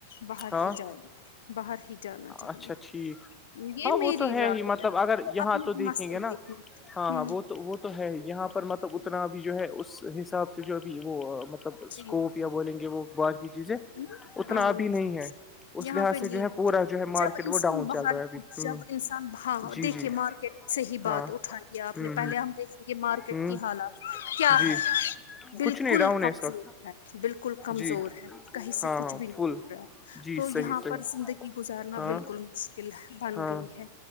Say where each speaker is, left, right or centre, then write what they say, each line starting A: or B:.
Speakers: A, on the left; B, on the left.
A: باہر
B: ہاں
A: ہی جائے گ باہر ہی جانا چاہیے
B: اچھا ٹھیک
A: یہ
B: ہاں
A: میری
B: وہ تو ہے
A: رائے
B: ہی مطلب اگر یہاں
A: اپنے
B: ہاں تو
A: بھی
B: دیکھیں
A: مسئلے
B: گے نا
A: ہ
B: ہاں ہاں وہ تو وہ تو ہے یہاں پر مطلب اتنا اب جو ہے اس حساب سے جو ابھی وہ مطلب اسکوپ
A: جی ہے
B: بولیں گے وہ باد کی چیزیں اتنا
A: نا ہاں
B: ابھی نہیں ہے اس
A: یہاں
B: لحاظ
A: پہ
B: سے
A: نہیں
B: جو ہے
A: جب
B: پورا جو ہے مارکیٹ
A: انسان
B: وہ ڈاؤن
A: باہر
B: چل رہا ہے ابھی
A: جب
B: ہ
A: انساناں
B: جی
A: دیکھے
B: جی
A: مارکیٹ سے ہی
B: ہاں
A: بات اٹھائے آپ
B: ہ
A: نے پہلے ہم دیکھیں گے مارکیٹ
B: ہ ہ
A: کی حالات کیا
B: جی
A: ہے بالکل
B: کچھ نہیں ڈاؤن
A: کمز
B: ہے اس وقت
A: بالکل کمزور
B: جی
A: ہے کہیں سے
B: ہاں
A: کچھ
B: ہاں
A: بھی نہیں
B: فل
A: ہو رہا ہے
B: جی
A: تو
B: صحیح
A: یہاں
B: صحیح
A: پر زندگی گزارنا
B: ہاں
A: بالکل مشکل بن
B: ہاں
A: گئی ہے